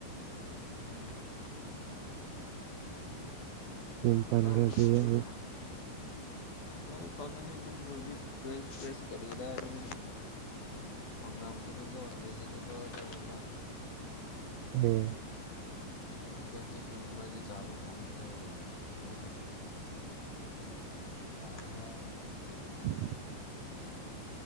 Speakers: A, on the left (about 50°); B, on the right (about 75°).
A: ꯎꯝ
B: ꯌꯨꯝ
A: ꯎꯠꯇꯥꯃꯤ
B: ꯄꯥꯟꯈ꯭ꯔꯗꯤ
A: ꯑꯗꯨꯝ
B: ꯑꯃꯨꯛ
A: ꯅꯣꯏ ꯐꯥꯝꯅꯅꯤ ꯑꯗꯨꯝ ꯃ꯭ꯌꯨꯖꯤꯛ ꯐ꯭ꯔꯦꯁ ꯐ꯭ꯔꯦꯁ ꯀꯔꯤꯔꯥ ꯑꯗꯨꯝ ꯐꯪꯂꯝꯀꯅꯤꯀꯣ ꯚꯦꯖꯤꯇꯦꯕꯜ ꯑꯗꯨꯒꯨꯝꯕ
B: ꯎꯝ
A: ꯑꯩꯈꯣꯏꯗꯤ ꯑꯗꯨꯒꯨꯝꯕꯗꯤ ꯆꯥꯕ ꯐꯪꯗꯦ ꯑꯩꯈꯣꯏꯗꯤ ꯇꯥꯕ꯭ꯔꯣ
B: <unintelligible>